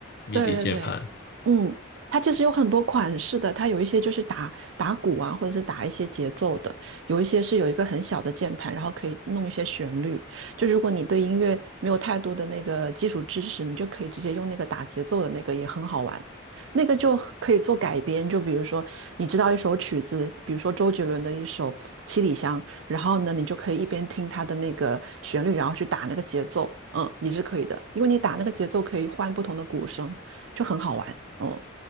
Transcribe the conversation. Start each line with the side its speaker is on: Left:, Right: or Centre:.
Left: 迷笛键盘。
Right: 对对对，嗯，它其实有很多款式的，它有一些就是打打鼓啊，或者是打一些节奏的，有一些是有一个很小的键盘，然后可以弄一些旋律。就如果你对音乐没有太多的那个基础知识，你就可以直接用那个打节奏的那个，也很好玩。那个就可以做改编，就比如说你知道一首曲子，比如说周杰伦的一首《七里香》，然后呢，你就可以一边听它的那个旋律，然后去打那个节奏，嗯，也是可以的，因为你打那个节奏可以换不同的鼓声。就很好玩哦、